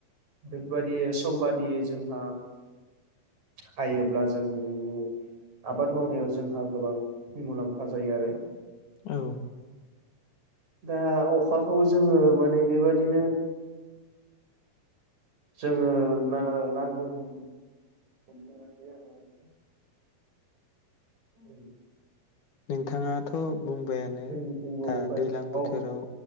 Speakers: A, on the right; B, on the left.
A: बेबायाददि सम बादियै जोंहा हायोब्ला जों आबाद मावनायाव जोंहा गोबां मुलाम्फा जायो आरो
B: औ
A: दा अखाखौ जोङो माने बेबादिनो जोङो ना नांगौ होननानै बनााथे <unintelligible> उ
B: नोंथाङाथ' बुंबायानो
A: जोंनिथिंबो
B: दा
A: अखाय
B: दै्लां
A: औ
B: बोथोराव